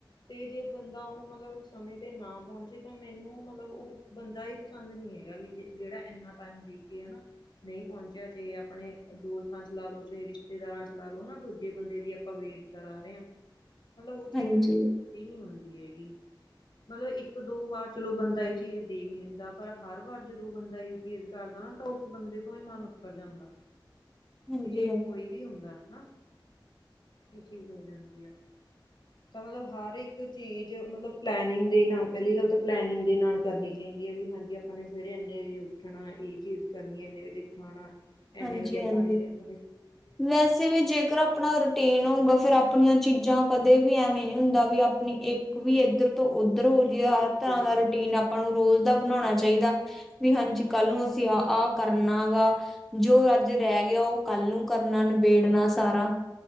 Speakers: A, on the left; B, in the centre.
A: ਅਤੇ, ਜੇ ਬੰਦਾ ਉਹ, ਮਤਲਬ ਸਮੇਂ 'ਤੇ ਨਾ ਪਹੁੰਚੇ ਤਾਂ ਮੈਨੂੰ ਮਤਲਬ ਉਹ ਬੰਦਾ, ਇਹ ਪਸੰਦ ਨਹੀਂ, ਹੈਗਾ ਵੀ ਜਿਹੜਾ ਇਨਾ ਟਾਈਮ ਦੇ ਕੇ ਨਾ ਨਹੀਂ ਪਹੁੰਚਿਆ, ਚਾਹੇ ਆਪਣੇ ਦੋਸਤਾਂ ਚ ਲਾ ਲੋ, ਚਾਹੇ ਰਿਸ਼ਤੇਦਾਰਾਂ ਚ ਲਾ ਲਓ, ਨਾ ਦੂਜੇ ਬੰਦੇ ਦੀ ਆਪਾਂ ਵੇਟ ਕਰਾ ਰਹੇ ਹਾਂ। ਮਤਲਬ ਉਹ ਚੀਜ਼
B: ਹਾਂਜੀ
A: ਵੀ, ਇਕ ਨੀ ਹੁੰਦੀ ਹੈਗੀ ਮਤਲਬ ਇੱਕ ਦੋ ਵਾਰ ਚਲੋ, ਬੰਦਾ ਇਹ ਚੀਜ਼ ਦੇਖ ਲੈਂਦਾ ਪਰ ਹਰ ਵਾਰ ਜਦੋਂ ਬੰਦਾ ਚੀਜ਼ ਕਰਦਾ ਨਾ, ਤਾਂ ਉਸ ਬੰਦੇ ਤੋਂ, ਹੀ ਮਨ ਉਤਰ ਜਾਂਦਾ
B: ਹਾਂਜੀ
A: ਤੇ
B: ਹਾਂਜੀ
A: ਕੋਈ ਵੀ ਹੁੰਦਾ ਹਨਾ, ਇਹ ਚੀਜ਼ ਹੋ ਜਾਂਦੀ ਆ ਤਾਂ ਮਤਲਬ, ਹਰ ਇੱਕ ਚੀਜ਼ ਮਤਲਬ ਪਲੈਨਿੰਗ, ਦੇ ਨਾਲ, ਪਹਿਲੀ ਗੱਲ ਤਾਂ ਪਲੈਨਿੰਗ ਦੇ ਨਾਲ ਕਰਨੀ ਚਾਹੀ ਕਹਿੰਦੀ ਆ, ਵੀ ਹਾਂਜੀ ਆਪਾਂ ਨੇ ਸਵੇਰੇ ਇੰਨੇ ਦੀ ਉੱਠਣਾ, ਇਹ ਚੀਜ਼ ਕਰਨੀ, ਇੰਨੇ ਵਜੇ ਖਾਣਾ
B: ਹਾਂਜੀ
A: ਇੰਨੇ ਵਜੇ, ਆਪਾਂ
B: ਹਾਂਜੀ।
A: ਨੇ ਆਪਾਂ
B: ਵੈਸੇ, ਵੀ ਜੇਕਰ ਆਪਣਾ ਟੇਨ ਹੋਊਗਾ, ਫੇਰ ਆਪਣੀਆਂ, ਚੀਜ਼ਾਂ ਕਦੇ ਵੀ ਐਵੇਂ ਨ ਹੁੰਦਾ ਵੀ, ਆਪਣੀ ਇੱਕ ਵੀ ਏਧਰ ਉੱਧਰੋਂ, ਜਿਵੇਂ
A: ਬਿਲਕੁਲ
B: ਹਰ, ਤਰ੍ਹਾਂ
A: ਬਿਲਕੁਲ
B: ਦਾ ਰੂਟੀਨ, ਆਪਾਂ ਨੂੰ ਰੋਜ਼ ਦਾ ਬਣਾਉਣਾ ਚਾਹੀਦਾ ਵੀ ਹਾਂਜੀ, ਕੱਲ ਨੂੰ, ਅਸੀਂ ਆ ਆਹ ਕਰਨਾ ਵਾ, ਜੋ ਅੱਜ ਰਹਿ ਗਿਆ ਉਹ ਕੱਲ ਨੂੰ ਕਰਨਾ, ਨਿਬੇੜਨਾ, ਸਾਰਾ।